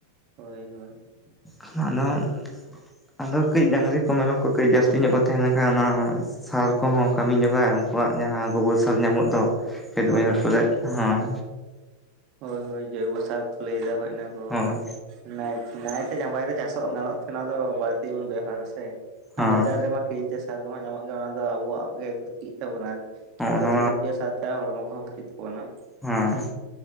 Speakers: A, on the right; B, in the centre.
A: ᱦᱳᱭ ᱦᱳᱭ
B: ᱦᱮᱸ ᱟᱫᱚ ᱟᱫᱚ ᱠᱟᱹᱡ ᱰᱟᱝᱝᱨᱤ ᱠᱚ ᱢᱮᱨᱚᱢ ᱠᱚ ᱠᱟᱹᱡ ᱡᱟᱹᱥᱛᱤ ᱧᱚᱜ ᱠᱚ ᱛᱟᱦᱮᱸ ᱞᱮᱱ ᱠᱷᱟᱱᱡ ᱚᱱᱟ ᱥᱟᱨ ᱠᱚᱦᱚᱸ ᱠᱟᱹᱢᱤ ᱧᱚᱜᱟ ᱩᱱᱠᱩᱣᱟᱜ ᱡᱟᱦᱟᱸ ᱜᱚᱵᱚᱞ ᱥᱟᱨ ᱧᱟᱢᱚᱜ ᱫᱚ᱾ ᱠᱷᱟᱹᱮᱛ
A: ᱦᱳᱭ
B: ᱵᱟᱹᱭᱦᱟᱹᱲ
A: ᱦᱳᱭ
B: ᱠᱚᱨᱮ ᱦᱚᱸ
A: ᱦᱳᱭ, ᱦᱳᱭ ᱡᱳᱭᱵ ᱥᱟᱨ ᱠᱚ ᱞᱟᱹᱭᱮᱫᱫᱟ᱾ ᱦᱳ ᱮᱱᱟᱠᱚ
B: ᱦᱳᱭ
A: ᱱᱟᱭ ᱱᱟᱭᱛᱮ ᱡᱟᱸᱵᱟᱭ ᱫᱚ ᱪᱟᱥᱚᱜ ᱜᱟᱱᱚᱜ ᱛᱮ ᱚᱱᱟ ᱫᱚ, ᱵᱟᱹᱲᱛᱤᱵᱚᱱ ᱵᱮᱣᱦᱟᱨᱟ ᱥᱮ᱾
B: ᱦᱚᱸ
A: ᱵᱟᱡᱟᱨ ᱨᱮᱢᱟ ᱠᱤᱨᱤᱧ ᱛᱮ ᱥᱟᱨ ᱠᱚᱢᱟ ᱧᱟᱢᱚᱜ ᱜᱮᱭᱟ᱾ ᱚᱱᱟ ᱫᱚ ᱟᱵᱚᱣᱟ-ᱜ ᱜᱮ ᱠᱷᱚᱛᱤᱜ ᱛᱟᱵᱚᱱᱟ᱾
B: ᱚᱱᱟ
A: ᱠᱷᱮᱛ ᱵᱚᱪᱷᱚ ᱠᱚ ᱛ ᱥᱟᱶᱛᱮ ᱦᱚᱲᱢᱚ ᱠᱚᱦᱚᱸ ᱵᱷᱟᱹᱤ ᱛᱟᱵᱚᱱᱟ᱾
B: ᱦᱮᱸ᱾